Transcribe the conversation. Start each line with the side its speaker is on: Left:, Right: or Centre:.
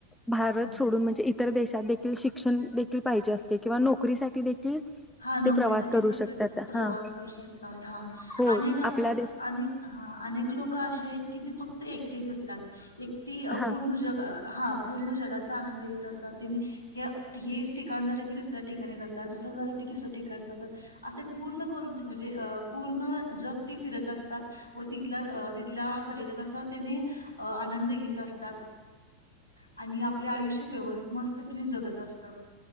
Centre: भारत
Left: हां
Centre: सोडून म्हणजे ईत इतर देशात देखील शिक्षण देखील पाहिजे असतयं किंवा नोकरीसाठी देखी -- कि
Left: हा नोकरीसाठी
Centre: ते प्रवास करू
Left: सकट
Centre: शकतात
Left: प्रवास
Centre: हा.
Left: <unintelligible> हा
Centre: हो
Left: अनेक असे
Centre: आपल्या देश
Left: अनेक हा अनेक लोक अशी आहेत की जी फक्त -- एकटे फिरतात. एकती
Centre: हा
Left: पूर्ण जग हा पूर्ण जगाचा आनंद घेत <unintelligible> हेच ठिकाण झालं कि दुसऱ्या ठिकाणी जातात दुसर झा तिसर्या ठिकाण जातात असे पूर्ण करून म्हणजे अ पूर्ण जग ते फिरत असतात व तिथल्या अ तिथल्या पर्यटकचा त्यानी अ आनंद घेत असतात आणि आपले आयुष्य व्यवस् मस्तपणे जगत असतात.